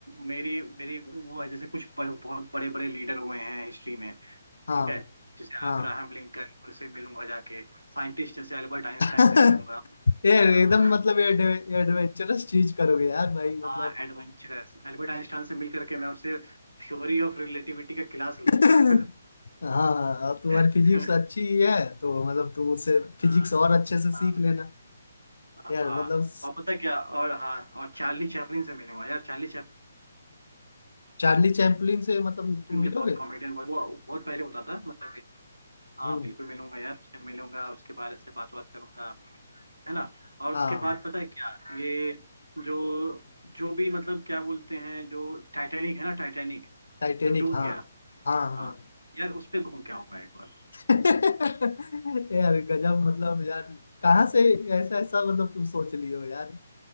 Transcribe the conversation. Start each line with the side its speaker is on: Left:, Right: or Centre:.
Right: मेरी मेरी वो है जैसे कुछ ब- बहुत बड़े बड़े लीडर हुए हैं हिस्ट्री में
Left: हाँ
Right: ठीक है जैसे
Left: हाँ
Right: अब्राहम लिंकन उनसे मिलूंगा जाके साइंटिस्ट जैसे अल्बर्ट आइंस्टाइन
Left: <laughs>
Right: से मिलूंगा
Left: ये
Right: हाँ
Left: एकदम मतलब ये एडवेंचरस चीज करोगे यार भाई मतलब
Right: हाँ एडवेंचरस अल्बर्ट आइंस्टाइन से मिल करके मैं उससे थ्योरी ऑफ रिलेटिविटी का क्लास लूंगा
Left: <laughs> हाँ और तुम्हारी
Right: <laughs>
Left: फिजिक्स अच्छी ही है तो मतलब तुम उससे फिजिक्स
Right: हाँ
Left: और अच्छे से
Right: हाँ
Left: सीख लेना
Right: हाँ।
Left: यार मतलब
Right: और पता है क्या और हाँ और चार्ली चैपलिन से मिलूंगा यार चार्ली चैपलिन
Left: चार्ली चैपलिन से मतलब तुम
Right: मुझे
Left: मिलोगे
Right: बहुत कॉमेडियन बहुत वो बहुत पहले होता था मतलब हाँ
Left: हम्म
Right: बिल्कुल मिलूंगा यार उससे मिलूंगा उसके बारे से बात बात करूंगा है ना और
Left: हाँ
Right: उसके बाद पता है क्या ये जो जो भी मतलब क्या बोलते हैं जो टाइटैनिक है ना टाइटैनिक
Left: टाइटैनिक
Right: जो डूब
Left: हाँ
Right: गया
Left: हाँ हाँ
Right: हाँ यार उस पे घूम के आऊंगा एक बार
Left: <laughs> यार गजब मतलब यार कहाँ से ऐसा ऐसा मतलब तुम सोच लिए हो यार